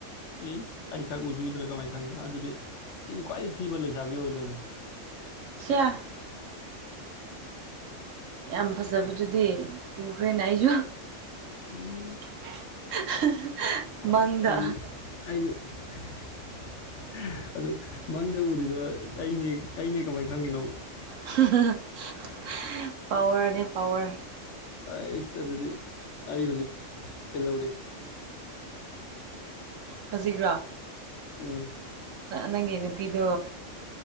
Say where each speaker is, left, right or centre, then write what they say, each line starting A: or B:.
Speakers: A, on the left (about 70°); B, on the right (about 80°).
A: ꯏꯁ ꯑꯩ ꯁꯛ ꯎꯖꯨꯗꯅ ꯀꯃꯥꯏꯅ ꯈꯪꯉꯤꯕ ꯑꯗꯨꯗꯤ ꯏꯆꯤꯟ ꯈ꯭ꯋꯥꯏ ꯊꯤꯕ ꯂꯩꯁꯥꯕꯤ ꯑꯣꯏ ꯂꯩꯔꯝꯃꯤ
B: ꯁꯤꯌꯥ ꯌꯥꯝ ꯐꯖꯕꯗꯨꯗꯤ ꯎꯈ꯭ꯔꯦꯅ ꯑꯩꯁꯨ
A: ꯎꯝ
B: <inaudible> <unintelligible>
A: <unintelligible>
B: ꯃꯪꯗ
A: ꯑꯩꯗꯤ ꯑꯩꯗꯤ <unintelligible> ꯑꯗꯨ ꯃꯪꯗ ꯎꯔꯤꯗꯣ ꯑꯩꯅꯦ ꯑꯩꯅꯦ ꯀꯃꯥꯏꯅ ꯈꯪꯒꯤꯅꯣ
B: <unintelligible> ꯄꯋꯥꯔꯅꯦ ꯄꯋꯥꯔ
A: ꯑꯩꯁ ꯑꯗꯨꯗꯤ ꯑ ꯍꯧꯖꯤꯛ ꯀꯩꯅꯧꯔ
B: ꯍꯧꯖꯤꯂꯣ
A: ꯎꯝ
B: ꯅꯪꯒꯤ ꯅꯨꯄꯤꯗꯨ